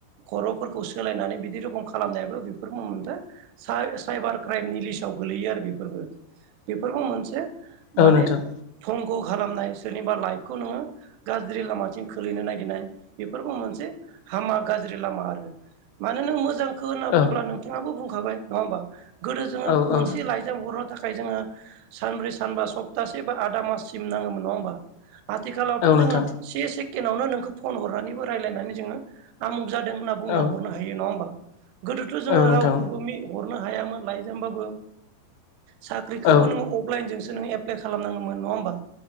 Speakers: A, on the right; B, on the left.
A: खर'फोरखौ सोलायनानै बिदि रोखम खालामनायाबो बेफोर मोन फा सा-साइबार क्राइमनि लिस्टआव गोलैयो आरो बेफोरबो बेफोरफोरखौ मोनसे
B: औ
A: माने
B: नोंथां
A: थं ग' खालामनाय सोरनिबा लाइफखौ नोङो गाज्रि लामाथिं खोलैनो नागिरनाय बेफोरबो मोनसे हामा गाज्रि लामा आरो मानो नों मोजां होनना बुंब्ला
B: औ
A: नोंथाङाबो बुंखाबाय नङा होमबा गोदो जोङो
B: औ
A: मोनसे
B: औ
A: लाइजाम हर थाखाय जोङो सानब्रै सानबा सप्तासे बा आदा माससिम नाङोमोन नङा होमबा? आथिखालावथ'
B: औ नोंथां
A: जोङो से सेकेणडावनो नोंखौ फन हरनानैबो रायजलायनानै जोङो आमुग जाद दों होनना बुंना
B: औ
A: हरनो हायो नङा होनबा? गोदोथ' जोङो
B: औ नोंथां
A: रावखौबो मि हरनो हायामोन लाइजामबाबो। साख्रिखौबो
B: औ
A: नोङो अफलाइनजोंसो नोङो एप्लाय खालाम नांगोमोन नङा होनबा?